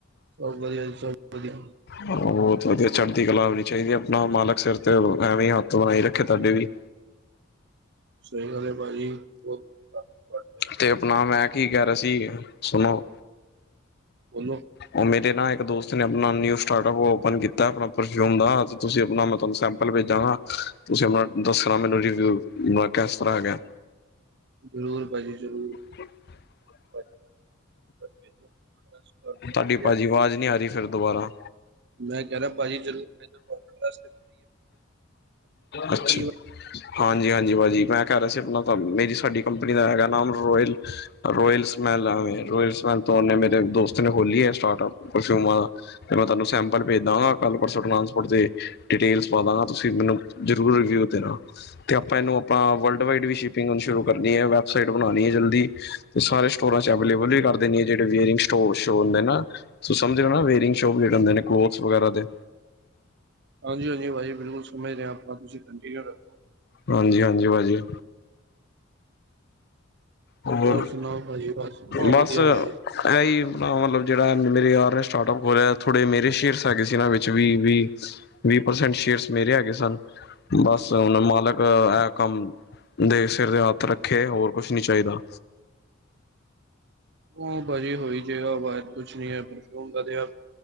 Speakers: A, on the right; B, on the left.
A: ਸਭ ਵਧੀਆ ਜੀ ਸਭ ਵਧੀਆ
B: ਬਹੋਤ ਵਧੀਆ, ਚੜ੍ਹਦੀ ਕਲਾ ਹੋਣੀ ਚਾਹੀਦੀ ਆਪਣਾ ਮਾਲਕ ਸਿਰ ਤੇ ਐਵੇਂ ਹੀ ਹੱਥ ਬਣਾਈ ਰੱਖੇ ਤਹਾਡੇ ਵੀ।
A: ਸਹੀ ਗਲ ਏ ਭਾਜੀ। ਬਹੁਤ ਬਹੁਤ ਧੰਨਵਾਦ ਤੁਹਾਡੇ।
B: ਤੇ ਆਪਣਾ ਮੈਂ ਕੀ ਕਹਿ ਰਿਹਾ ਸੀ ਸੁਣੋ।
A: ਬੋਲੋ
B: ਉਹ ਮੇਰੇ ਨਾ ਇੱਕ ਦੋਸਤ ਨੇ ਆਪਨਾ ਨਿਯੂ ਸਟਾਰਟ-ਅਪ ਓ ਓਪਨ ਕੀਤਾ ਆਪਣਾ ਪਰਫਿਯੂਮ ਦਾ। ਤੁਸੀਂ ਆਪਣਾ ਮੈਂ ਤੁਹਾਨੂੰ ਸੈਂਪਲ ਭੇਜਾਂਗਾ ਤੁਸੀਂ ਆਪਣਾ ਦੱਸਣਾ ਮੈਨੂੰ ਰਿਵਿਯੂ, ਕੈਸ ਤਰ੍ਹਾਂ ਹੈਗਾ।
A: ਜ਼ਰੂਰ ਭਾਜੀ ਜ਼ਰੂਰ।
B: <unintelligible>
A: ਭਾਜੀ, ਭੇਜੋ ਤੁਹਾਨੂੰ ਪਤਾ
B: ਤੁਹਾਡੀ
A: ਹੀ
B: ਭਾਜੀ
A: ਹੈ
B: ਆਵਾਜ਼ ਨਹੀਂ ਆ ਰਹੀ ਫਿਰ ਦੁਬਾਰਾ।
A: ਮੈਂ ਕਹਿ ਰਿਹਾ ਭਾਜੀ ਜਦੋ ਮੈਨੂੰ ਕੋਲ ਕੀਤਾ
B: ਅੱਛਾ
A: <unintelligible>
B: ਹਾਂਜੀ ਹਾਂਜੀ ਭਾਜੀ ਮੈਂ ਕਹਿ ਰਿਹਾ ਸੀ ਆਪਣਾ ਤਾਂਨੂੰ ਮੇਰੀ ਸਾਡੀ ਕੰਪਨੀ ਦਾ ਹੈਗਾ ਨਾਮ ਰੋਇਲ ਰੋਇਲ ਸਮੈੱਲ
A: ਭਾਜੀ?
B: ਆ ਰੋਇਲ ਸਮੈੱਲ ਤੋਂ ਓਹਨੇ ਮੇਰੇ ਦੋਸਤ ਨੇ ਖੋਲੀ ਐ ਸਟਾਰਟਅਪ ਪਰਫ਼ਯੂਮਾਂ ਦਾ ਫ ਮੈਂ ਤੁਹਾਨੂੰ ਸੈਂਪਲ ਭੇਜ ਦਾਂਗਾ ਕੱਲ ਪਰਸੋਂ ਟਰਾਂਸਪੋਰਟ ਦੇ ਡਿਟੇਲਸ ਪਾ ਦਾਂਗਾ ਤੁਸੀਂ ਮੈਨੂੰ ਜ਼ਰੂਰ ਰਿਵਿਊ ਦੇਨਾ ਤੇ ਆਪਾਂ ਐਹਨੂੰ ਆਪਾ ਵਰਲਡ ਵਾਈਡ ਸ਼ੁਰੂ ਕਰਨੀ ਹੈ ਵੈਬਸਾਈਟ ਬਣਾਣੀ ਏ ਜਲਦੀ ਤੇ ਸਾਰੇ ਸਟੋਰਾਂ ਚ ਐਵਲੇਬਲ ਹੀ ਕਰ ਜਿਹੜੇ ਵੇਅਰਿੰਗ ਸਟੋਰਸ਼ ਹੁੰਦੇ ਨਾ ਤੂੰ ਸਮਝ ਨਾ ਵੇਅਰਿੰਗ ਸ਼ੋਪ ਜਿਹੜੇ ਹੁੰਦੇ ਨੇ ਕਲੋਥਸ ਵਗੈਰਾ ਦੇ।
A: ਹਾਂਜੀ ਹਾਂਜੀ ਭਾਜੀ ਬਿਲਕੁਲ ਸਮਝਰੇ ਹਾਂ ਆਪਾਂ ਤੁਸੀਂ ਕੰਟੀਨਿਊ ਰੱਖੋ।
B: ਹਾਂਜੀ ਹਾਂਜੀ ਭਾਜੀ। ਹੋਰ
A: ਸੁਣਾਓ ਭਾਜੀ ਬਸ ਬਹੁਤ
B: ਬਸ
A: ਵਧੀਆ
B: ਇਹੀ
A: ਭਾਜੀ
B: ਮਤਲਬ ਜਿਹੜਾ ਮੇਰੇ ਯਾਰ ਨੇ ਸਟਾਰਟਅਪ ਖੋਲਿਆ ਥੋੜੇ ਮੇਰੇ ਸ਼ੇਅਰਸ ਹੈਗੇ ਸੀ ਨਾ ਵਿੱਚ ਵੀ ਵੀ। ਵੀਹ ਪਰਸੈਂਟ ਸ਼ੇਅਰਸ ਮੇਰੇ ਹੈਗੇ ਸਨ। ਬਸ ਹੁਨ ਮਾਲਕ ਇਹ ਕੰਮ ਦੇ ਸਿਰ ਦੇ ਹੱਥ ਰੱਖੇ ਹੋਰ ਕੁਛ ਨੀ ਚਾਹੀਦਾ।
A: ਉਹ ਭਾਜੀ ਹੋਈ ਜੇ ਵਾਜ ਕੁਛ ਨੀ ਹੈ ਪਰਫਿਊਮ ਆਪ